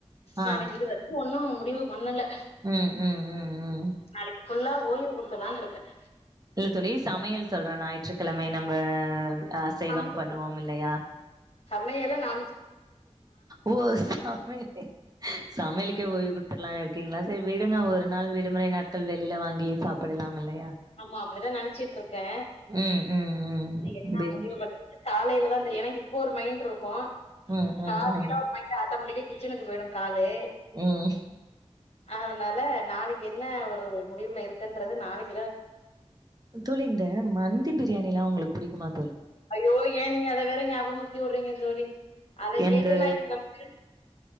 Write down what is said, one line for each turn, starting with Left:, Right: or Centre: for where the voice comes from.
Right: ஆ
Left: நாளைக்கு இது வரைக்கும் ஒன்னும் முடிவு பண்ணல
Right: ம் ம் ம் ம்.
Left: நாளைக் ஃபுல்லா ஓய்வு குடுத்துலான்னு இருக்கேன்
Right: இல்ல தோழி சமையல் சொல்ற ஞாயிற்றுக்கிழமை நம்ம அ அசைவம்
Left: நானு சொல்றே
Right: பண்ணுவோம் இல்லையா
Left: சமையல நா
Right: ஓ சமை சமையலுக்கே ஓய்வு குடுத்தலானு இருக்கீங்களா சரி விடுங்க ஒரு நாள் விடுமுறை நாட்கள் வெளியில வாங்கி சாப்பிடலாம் இல்லையா?
Left: ஆமா அப்படிதா நெனைச்சுட்ருக்கே
Right: ம், ம், ம்.
Left: என்னா
Right: பிரி
Left: முடிவு பன்றதுனு காலையில தா தெரியு ஏன்னா இப்போ ஒரு மைண்ட் இருக்கு
Right: ம், ம்,
Left: காலைல
Right: ம்,
Left: ஒரு மைண்ட் ஆட்டமேட்டிகா கிச்சனுக்கு போய்டு காலு
Right: ம்
Left: அதனால நாளைக்கு என்ன ஒரு முடிவுல இருக்கன்றது நாளைக்
Right: தோழி இந்த மந்தி பிரியாணிலா உங்களுக் புடிக்குமா
Left: அய்யோ ஏ நீங்க அத வேற நியாப் முருத்தியூரிங்க தோழி அத
Right: எனக்கு
Left: கேட்டு நா இவங்களுக்கு